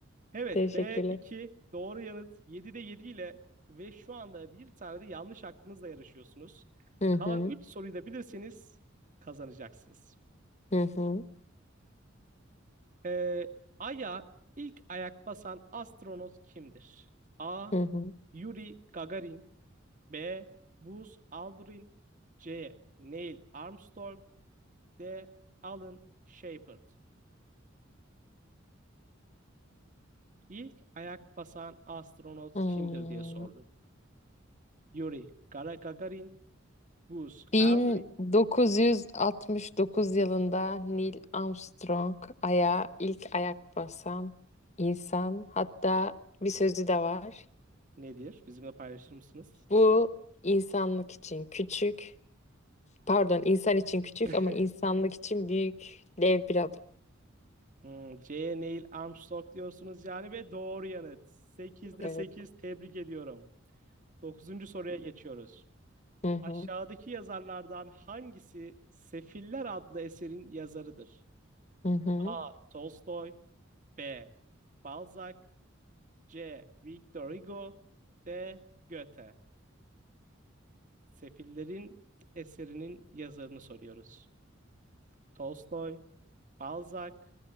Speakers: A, on the right; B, on the left.
A: Evet
B: Teşekkürler.
A: b iki. doğru yanıt 7'de 7 ile ve şu anda bir tane de yanlış hakkınızla yarışıyorsunuz.
B: Hı
A: Kalan
B: hı.
A: 3 soruyu da bilirseniz kazanacaksınız.
B: Hı hı.
A: Ee, Ay'a ilk ayak basan astronot kimdir? A.
B: Hı hı.
A: Yuri Gagarin B. Buzz Aldrin C. Neil Armstrong D. Alan Shepard İlk ayak basan astronot
B: Hmm.
A: kimdir diye sorduk. Yuri Gara- Gagarin, Buzz
B: 1969
A: Aldrin
B: yılında Neil Armstrong aya ilk ayak basan insan. Hatta bir sözü de var.
A: nedir? Bizimle paylaşır mısınız?
B: Bu insanlık için küçük, pardon insan için küçük
A: <laughs>
B: ama insanlık için büyük dev bir adım.
A: Hmm, C. Neil Armstrong diyorsunuz yani ve doğru yanıt. 8'de
B: Evet.
A: sekiz tebrik ediyorum. Dokuzuncu soruya geçiyoruz.
B: Hı
A: Aşağıdaki
B: hı.
A: yazarlardan hangisi Sefiller adlı eserin yazarıdır?
B: Hı hı.
A: A. Tolstoy B. Balzac C. Victor Hugo D. Goethe Sefillerin eserinin yazarını soruyoruz. Tolstoy, Balzac,